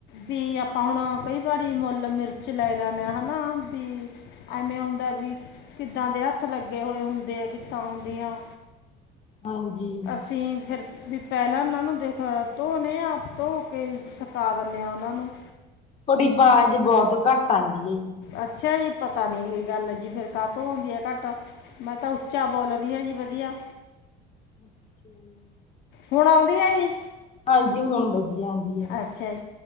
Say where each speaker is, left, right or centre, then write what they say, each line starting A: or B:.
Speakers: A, on the left; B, on the left.
A: ਵੀ ਆਪਾਂ ਹੁਣ ਕਈ ਵਾਰੀ ਮੁੱਲ ਮਿਰਚ ਲੈ ਲੈਨੇਂ ਆ ਹਨਾ ਬੀ। ਐਵੇਂ ਹੁੰਦਾ ਵੀ ਕਿੱਦਾਂ ਦੇ ਹੱਥ ਲੱਗੇ ਹੋਏ ਹੁੰਦੇ ਆ ਕਿੱਥੋਂ ਆਂਦੀਆਂ।
B: ਹਾਂ ਜੀ।
A: ਤੇ ਫੇਰ, ਵੀ ਪਹਿਲਾਂ ਉਹਨਾਂ ਨੂੰ ਦੇਖ ਧੋਣੇ ਆ ਧੋ ਕੇ ਸੁਕਾ ਦਿੰਨੇ ਆ ਉਹਨਾਂ ਨੂੰ।
B: ਤੁਹਾਡੀ ਵਾਜ਼ ਬੋਤ ਘੱਟ ਆਂਦੀ ਏ।
A: ਅੱਛਾ ਜੀ ਪਤਾ ਨੀ ਕੀ ਗੱਲ ਏ ਜੀ ਫੇਰ ਕਾਹਤੋਂ ਆਉਂਦੀ ਆ ਘੱਟ। ਮੈਂ ਤਾਂ ਉੱਚਾ ਬੋਲ ਰਹੀ ਆ ਜੀ ਵਧੀਆ।
B: ਅੱਛਾ ਜੀ।
A: ਹੁਣ ਆਉਂਦੀ ਆ ਜੀ?
B: ਹਾਂਜੀ ਹੁਣ ਵਧੀਆ ਆਉਦੀ ਏ।
A: ਅੱਛਾ।